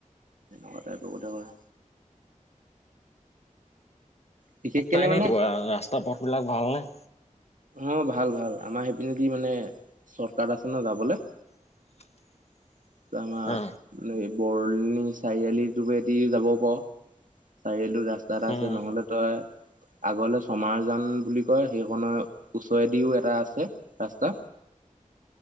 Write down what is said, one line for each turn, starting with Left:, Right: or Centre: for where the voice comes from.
Right: তেনেকুৱা টাইপৰগতে কৰে। বিশেষকেনে
Left: তাৰ এনে
Right: মানে
Left: ৰাস্তা-পথবিলাক ভালনে?
Right: অ', ভাল ভাল, আমাৰ সেইপিনেদি মানে চৰ্তকাত আছে ন যাবলে।
Left: <inaudible>
Right: <unintelligible>
Left: অ।
Right: বৰণি চাৰিআলি <unintelligible> যাব পাৰা। চাৰিআলিটো ৰা তাত আছে
Left: উম
Right: নহলে তই আগলে ছমাৰজান বুলি কয় সেইকনৰ ওচৰেদিও এটা আছে ৰাস্তা।